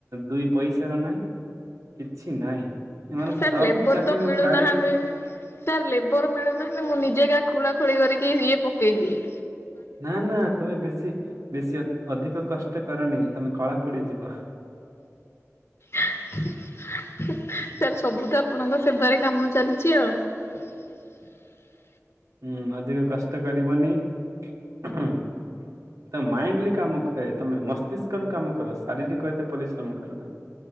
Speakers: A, on the right; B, on the left.
A: ଦୁଇ ପଇସା ର ନାହିଁ। କିଛି ନାହିଁ। ଏମାନଙ୍କୁ
B: ସାର୍
A: ସବୁ
B: ଲେବର
A: ଚାକିରିରୁ
B: ତ ମିଳୁନାହାନ୍ତି।
A: କାଢି
B: ସାର୍ ଲେବର ମିଳୁନାହାନ୍ତି ମୁଁ ନିଜେ କା ଖୋଳା ଖୋଳି କରିକି ଇଏ ପକେଇଦିଏ।
A: ନା ନା ତମେ ବେଶୀ ବେଶୀ ଅଧି-ଅଧିକ କଷ୍ଟ କରନି ତମେ କଳା ପଡିଯିବ।
B: <inaudible> ସାର୍ ସବୁ ତ ଆପଣଙ୍କ ସେବାରେ କାମ ଚାଲିଛି ଆଉ। <inaudible>
A: ହୁଁ ଅଧିକ କଷ୍ଟ କରିବନି ହଁ। ତ ମାଇଣ୍ଡଲି କାମ ତମେ ମସ୍ତିଷ୍କ ର କାମ କର ଶାରୀରିକ ଏତ ପରିଶ୍ରମ କର ନା